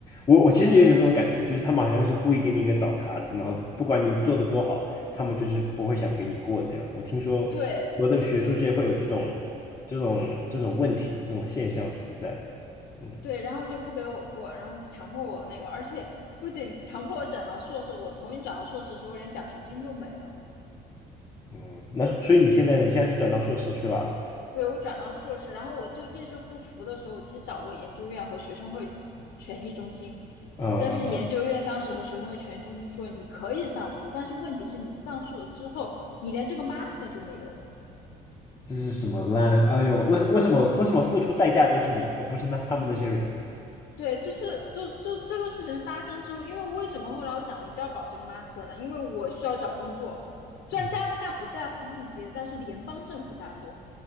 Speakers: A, on the left (about 20°); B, on the left (about 80°).
A: 我我其实也有点这种感觉，就是他们好像是故意给你一个找茬子，然后不管你做的多好，他们就是不会想给你过这样。我听说我的学术界会有这种
B: 对
A: 这种这种问题，这种现象存在。嗯
B: 对，然后就不给我过，然后就强迫我那个，而且不仅强迫我转到硕士，我同意转到硕士的时候，我连奖学金都没了。
A: 嗯，那所以你现在呢？你现在是转到硕士去了？
B: 对，我转到硕士，然后我就这事不服的时候，我其实找过研究院和学生会权益中心，
A: 嗯嗯嗯，
B: 但是研究院当时和学生会权益中心说你可以上诉，但是问题是你上诉了之后，你连这个 master 都没有了。
A: 这是什么烂？哎呦，为为什么为什么付出代价都是你，而不是那他们那些人？
B: 对，就是就就这个事情发生之后，因为为什么后来我想我一定要保这个 master 呢？因为我需要找工作，虽然加拿大不在乎应届，
A: 嗯
B: 但是联邦政府在乎。